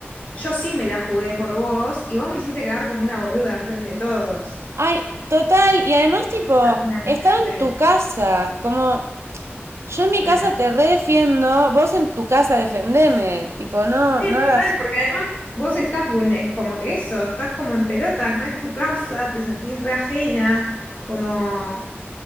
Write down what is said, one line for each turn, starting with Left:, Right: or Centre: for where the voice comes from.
Left: yo sí me la jugué por vos y vos me hiciste quedar como una boluda enfrente de todos.
Right: Ay, total, y además, tipo,
Left: ¿Qué es una siente?
Right: estaba en tu casa, como, yo en mi
Left: Re.
Right: casa te redefiendo, vos en tu casa defendeme, tipo, no,
Left: Sí,
Right: no hagas
Left: total, porque además vos estás vulne- como que eso, estás como en pelotas, no es tu casa, te sentís re ajena, como,